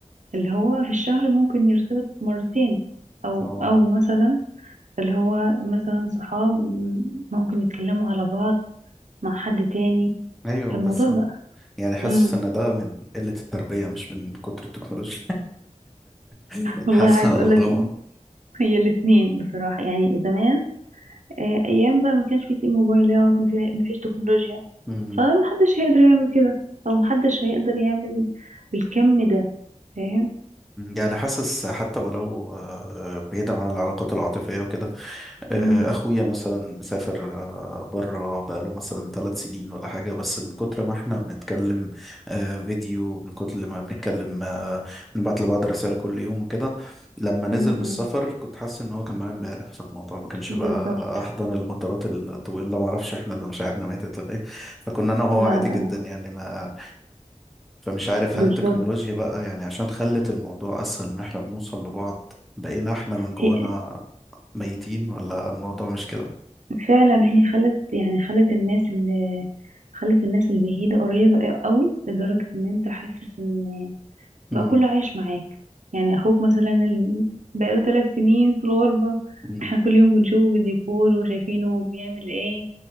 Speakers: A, on the right; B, in the centre.
A: اللي هو في الشهر ممكن يرتبط مرتين او
B: اه
A: او مثلا اللي هو مثلا صحاب ممكن يتكلموا على بعض مع حد تاني
B: أيوه
A: في الموضوع
B: بس
A: بقى
B: يعني حاسس
A: امم
B: إن ده من قلة التربية مش من كتر التكنولوجيا <laughs>
A: والله
B: حاسس
A: عايزه
B: على
A: اقول
B: ضوء
A: لك <laughs> هي الاثنين بصراحه يعني زمان آه، ايام بقى ما كانش في موبايلات ما في ما فيش تكنولوجيا
B: <laughs>
A: فمحدش هيقدر يعمل كده او محدش هيقدر يعمل بالكم ده فاهم
B: يعني حاسس حتى ولو آه، بعيدا عن العلاقات العاطفية وكده آه،
A: امم
B: اخويا مثلا مسافر بره بقاله مثلا ثلاث سنين ولا حاجه بس من كتر ما احنا بنتكلم آه، فيديو من كتر ما بنتكلم آه، بنبعت لبعض رسائل كل يوم وكده لما نزل
A: أمم،
B: من
A: أمم.
B: السفر كنت حاسس ان هو كان معايا امبارح فالموضوع ما كانش
A: بالظبط
B: بقى احضن المطارات الطويله ما اعرفش احنا اللي مشاعرنا ماتت ولا ايه فكنا انا وهو
A: لا
B: عادي
A: لا
B: جدا
A: لا
B: يعني ما فمش عارف
A: بالظبط
B: هل التكنولوجيا بقى يعني عشان خلت الموضوع اسهل ان احنا بنوصل لبعض بقينا احنا من جوانا
A: هي
B: ميتين ولا الموضوع مش كده
A: فعلا هي خلت يعني خلت الناس اللي خلت الناس البعيدة قريبة قوي لدرجة ان انت حاسس ان
B: امم
A: بقى كله عايش معاك يعني اخوك مثلا ال- بقاله ثلاث سنين في الغربة
B: امم
A: احنا كل يوم بنشوفه بالديكور وشايفينه بيعمل ايه